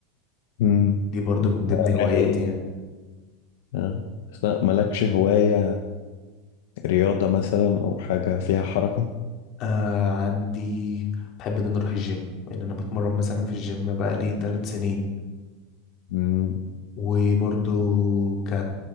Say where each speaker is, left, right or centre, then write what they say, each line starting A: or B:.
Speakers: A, on the left (about 60°); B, on the left (about 30°).
A: مم.
B: دي برضو من ضمن
A: رايق
B: هواياتي
A: يعني
B: يعني
A: آه. بس لا، مالكش هواية رياضة مثلا او حاجة فيها حركة
B: آه عندي بحب ان انا اروح الجيم ان انا بتمرن مثلا في الجيم بقى لي ثلاث سنين
A: مم.
B: وبرضو ك...